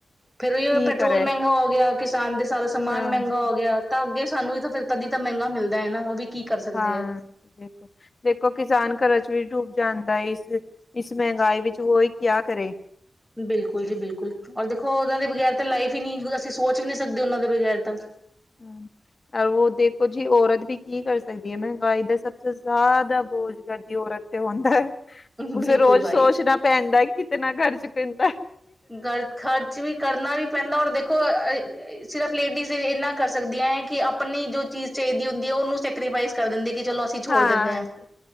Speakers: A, in the centre; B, on the left (about 40°).
A: ਫੇਰ ਜੋ
B: ਕੀ
A: ਪੈਟਰੋਲ
B: ਕਰੇ
A: ਮਹਿੰਗਾ ਹੋ ਗਿਆ ਕਿਸਾਨ ਦੇ ਸਾਰੇ ਸਮਾਨ
B: ਹਾਂਜੀ
A: ਮਹਿੰਗਾ ਹੋ ਗਿਆ, ਤਾਂ ਅੱਗੇ ਸਾਨੂੰ ਵੀ ਤਾਂ ਫੇਰ ਤਦੀ ਤਾਂ ਮਹਿੰਗਾ ਮਿਲਦਾ ਐ ਨਾ। ਉਹ ਵੀ ਕੀ ਕਰ ਸਕਦੇ
B: ਹਾਂਜੀ।
A: ਹੈ
B: ਦੇਖੋ-ਦੇਖੋ ਕਿਸਾਨ ਕਰਜ਼ 'ਚ ਵੀ ਡੁਬ ਜਾਂਦਾ ਏ। ਇਸ ਇਸ ਮਹਿੰਗਾਈ ਵਿੱਚ ਓਈ ਕਿਆ ਕਰੇ?
A: ਬਿਲਕੁਲ ਜੀ, ਬਿਲਕੁਲ ਔਰ ਦੇਖੋ ਓਨਾਂ ਦੇ ਬਗੈਰ ਤਾਂ ਲਾਈਫ ਈ ਨਈ ਅਸੀਂ ਸੋਚ ਵੀ ਨੀ ਸਕਦੇ ਓਨਾਂ ਦੇ ਬਗੈਰ ਤਾਂ
B: ਹੂੰ, ਔਰ ਵੋ ਦੇਖੋ ਜੀ ਔਰਤ ਵੀ ਕੀ ਕਰ ਸਕਦੀ ਐ। ਮਹਿੰਗਾਈ ਦਾ ਸਭ ਸੇ ਜ਼ਾਦਾ ਬੋਝ ਕਰਦੀ ਔਰਤ। ਤੇ ਉਹ ਆਂਦਾ ਐ।
A: ਬਿਲਕੁਲ
B: ਉਸੇ ਰੋਜ਼
A: ਬਾਈ
B: ਸੋਚਣਾ ਪੈਂਦਾ ਕਿਤਨਾ ਖ਼ਰਚ ਤੇਂਦਾ।
A: ਗਰ ਖਰਚ ਵੀ ਕਰਨਾ ਵੀ ਪੈਂਦਾ। ਔਰ ਦੇਖੋ ਅ ਸਿਰਫ਼ ਲੇਡੀਜ਼ ਏਨਾਂ ਕਰ ਸਕਦੀਆਂ ਐ, ਕਿ ਆਪਣੀ ਜੋ ਚੀਜ਼ ਚਾਈਦੀ ਹੁੰਦੀ ਐ ਓਨੂੰ ਸੈਕਰੀਫਾਈਸ ਕਰ ਦਿੰਦੀ ਕਿ ਚਲੋ ਅਸੀਂ ਛੋੜ
B: ਹਾਂਜੀ
A: ਦਿੰਨੇ ਆ